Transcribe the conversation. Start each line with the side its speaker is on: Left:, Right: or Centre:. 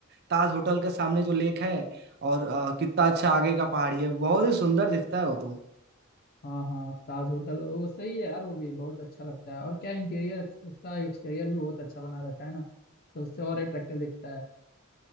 Right: ताज होटल के सामने जो लेक है और अ, कितना अच्छा आगे का पहाड़ी है बहुत ही सुंदर दिखता है वो तो
Left: हाँ हाँ ताज होटल वो सही है यार वो भी बहुत अच्छा लगता है और क्या इंटीरियर उसका एक्सटीरियर भी बहुत अच्छा बना रखा है ना तो उससे और अट्रैक्टिव दिखता है